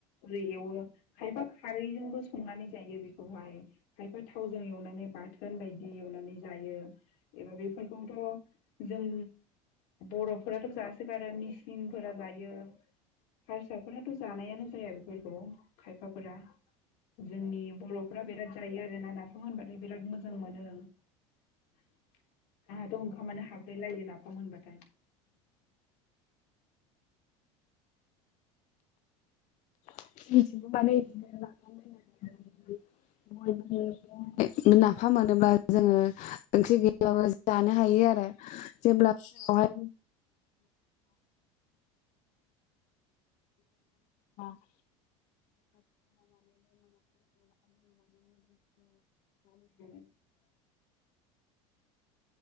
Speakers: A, on the left (about 70°); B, on the left (about 50°).
A: <unintelligible> एवो खायफा खारैजोंबो संनानै जायो बेखौहाय खायफा थावजों एवनानै बाथोन बायदि एवनानै जायो एबा बेफोरखौथ जों बरफोराथ जासोगारो मिसिंफोरा जायो। हारसाफोराथ जानायानो जाया बेफोरखौ खायफाफोरा जोंनि बरफोरा बिराद जायो आरोना नाफाम होनबाथाय बिराद मोजां मोनो आंहाथ ओंखामानो हाब्रे लायो नाफाम होनबाथाय
B: <unintelligible> नाफाम मोनोब्ला जोङो ओंख्रि गैयाबाबो जानो हायो आरो जेब्ला फुङावहाय। <unintelligible> <unintelligible> <unintelligible>
A: उम